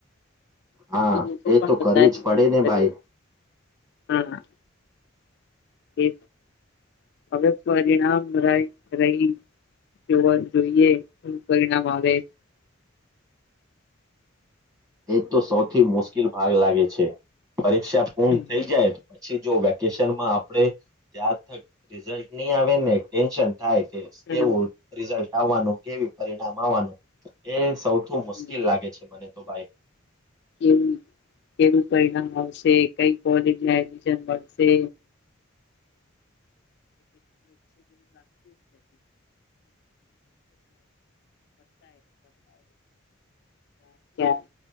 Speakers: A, on the right; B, on the left.
A: હા
B: અને લોકો પણ
A: એ તો કરવી
B: વધારે
A: જ પડે
B: મહેનત
A: ને
B: કર્યો
A: ભાઈ
B: હા એ હવે પરિણામ ર રહી જોવા જઈએ શું પરિણામ આવે
A: એ તો સૌથી મુશ્કિલ ભાગ લાગે છે. પરીક્ષા પૂર્ણ
B: હમ
A: થઈ જાય. પછી જો વેકેશનમાં આપડે ત્યાગ થઇ રિઝલ્ટ ની આવે ને ટેન્શન થાય છે
B: હમ
A: કેવું, રિઝલ્ટ આવાનું કેવું પરિણામ આવવાનું એ સૌ થી
B: હમ.
A: મુશ્કિલ લાગે છે મને તો ભાઈ
B: હમ્મ કેવું કેવું પરિણામ મળશે કઈ કોલેજ એમિશન મળશે <inaudible>